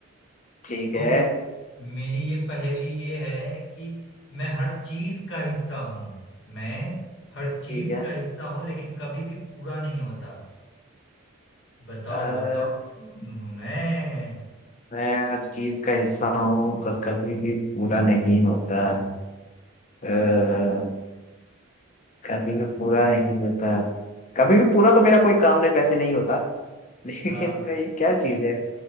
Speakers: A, on the left (about 35°); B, on the left (about 60°).
A: ठीक
B: तो
A: है
B: मेरी ये पहेली ये है कि मैं हर चीज का हिस्सा हूं मैं हर चीज
A: ठीक है
B: का हिस्सा हूं लेकिन कभी भी पूरा नहीं होता बताओ
A: अ,
B: बताओ कौन हूं मैं
A: मैं हर चीज का हिस्सा हूँ पर कभी भी पूरा नहीं होता आ, कभी भी पूरा नहीं होता कभी भी पूरा तो मेरा कोई काम नहीं वैसे नहीं होता <laughs> लेकिन
B: हाँ
A: मैं- ये क्या चीज है